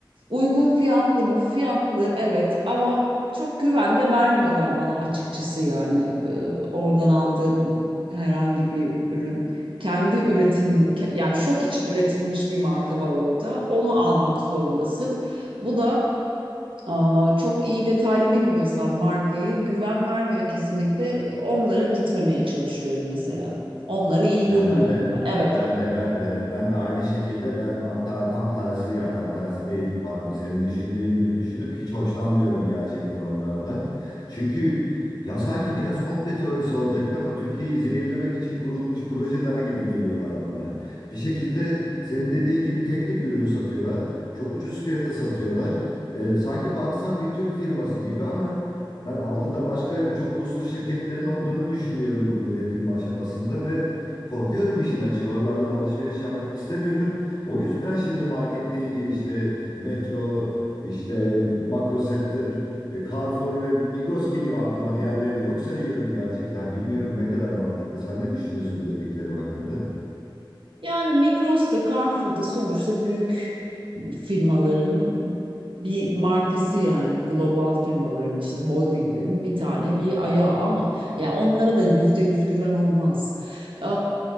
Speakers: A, on the right; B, on the left.
A: Uygun fiyatlı mı? Fiyatlı evet ama çok güven de vermiyorlar bana açıkçası yani Ee, oradan aldığım herhangi bir ürün. Kendi üretim ke- yani şok için üretilmiş bir marka var orada. Onu almak zorundasın. Bu da Aa, çok iyi detaylı bilmiyorsam markayı güven vermiyor kesinlikle. Onlara gitmemeye çalışıyorum mesela. Onları iyi
B: Ya
A: bulmuyorum
B: ben de
A: ben. Evet.
B: ben de ben de ben de aynı şekilde ben hatta tam tersi ya tam tersi değil pardon senin düşündüğün gibi düşünüp hiç hoşlanmıyorum gerçekten onlardan. Çünkü ya sanki biraz komple teorisi olacak ama Türkiye'yi zehirlemek için kurulmuş projeler gibi geliyorlar bana. Bir şekilde senin dediğin gibi tek tip ürün satıyorlar. Çok ucuz fiyata satıyorlar. Ee, sanki baksan bir Türk firması gibi ama ben altında başka çok uluslu şirketlerin olduğunu düşünüyorum bu üretim aşamasında ve Korkuyorum işin açığı. Oralardan alışveriş yapmak istemiyorum. O yüzden şimdi market deyince işte Metro, işte Makro Center, e, Carrefour ve Migros geliyor aklıma. Diğerlerini yok sayıyorum gerçekten. Bilmiyorum ne kadar mantıklı. Sen ne düşünüyorsun bu dediklerim hakkında?
A: Yani Migros'ta, Carrefour'da sonuçta büyük firmaların bir markası yani global firmaların işte holdinglerin bir tane bir ayağı ama ya onlara da yüzde yüz güven olmaz. Ee,